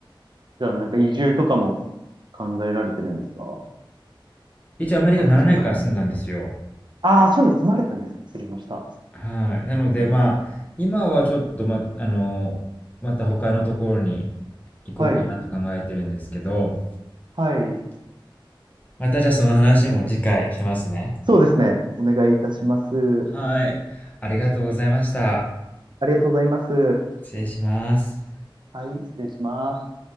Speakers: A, on the right (about 60°); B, on the left (about 15°).
A: ゃあ、なんか移住とかも考えられてるんですか
B: 一応アメリカ7年間住んだんですよ。
A: 話が。ああ、そういうの積まれてるんです。失礼しました。
B: はい。なので、
A: うん、
B: まあ、今はちょっと、ま、あの、また他のところに行こうかなと考えてるんですけど、
A: はい。はい。
B: またじゃあその話も次回しますね。
A: そうですね。お願いいたします。
B: はい。ありがとうございました。
A: ありがとうございます。
B: 失礼します。
A: はい、失礼します。